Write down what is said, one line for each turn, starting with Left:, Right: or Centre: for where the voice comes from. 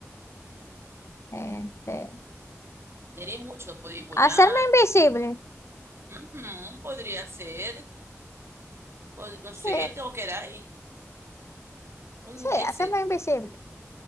Left: Este,
Right: Tenéis mucho, podéis volar,
Left: hacerme invisible.
Right: ujú, podría ser, pod- no sé,
Left: Sí,
Right: el que vos queráis, un
Left: sí,
Right: ese.
Left: hacerme invisible.